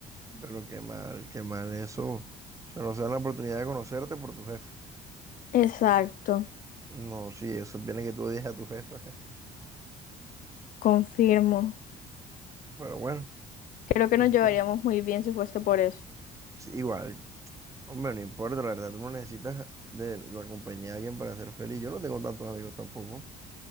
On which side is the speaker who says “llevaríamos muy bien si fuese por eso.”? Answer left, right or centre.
Left